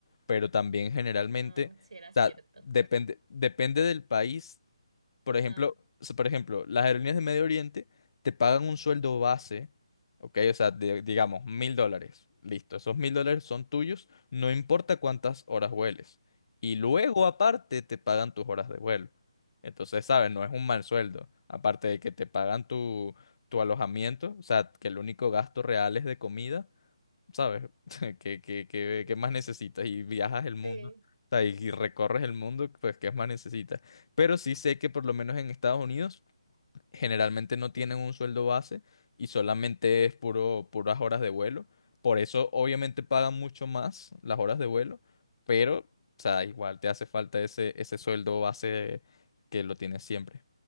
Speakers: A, on the left (about 50°); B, on the right (about 75°).
A: pero también generalmente,
B: Ah, si era
A: o
B: cierto.
A: sea, depende, depende del país. Por
B: <laughs> Ajá.
A: ejemplo, o sea, por ejemplo, las aerolíneas de Medio Oriente te pagan un sueldo base, ¿ok? O sea, de- digamos, mil dólares. Listo, esos mil dólares son tuyos, no importa cuántas horas vueles. Y luego, aparte, te pagan tus horas de vuelo. Entonces, ¿sabes? No es un mal sueldo. Aparte de que te pagan tu, tu alojamiento, o sea, que el único gasto real es de comida ¿sabes? <laughs> ¿Qué, qué, qué-
B: ujú.
A: qué más necesitas? Y viajas el mundo,
B: Sí.
A: o sea, y, y recorres el mundo, pues ¿qué más necesitas? Pero sí sé que por lo menos en Estados Unidos generalmente no tienen un sueldo base y solamente es puro, puras horas de vuelo. Por eso obviamente pagan mucho más las horas de vuelo, pero, o sea, igual te hace falta ese, ese sueldo base que lo tienes siempre.